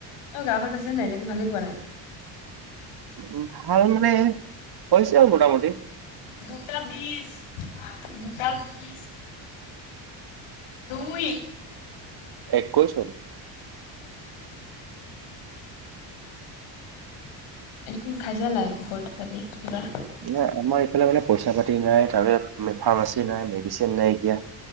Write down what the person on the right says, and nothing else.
উ ভাল মানে হৈছে আৰু মোটামুটি।
একৈশ হ'ল
নাই আমাৰ ইফালে মানে পইচা পাতি নাই তাৰ পিছত ফাৰ্মাচী নাই মেডিচিন নাই।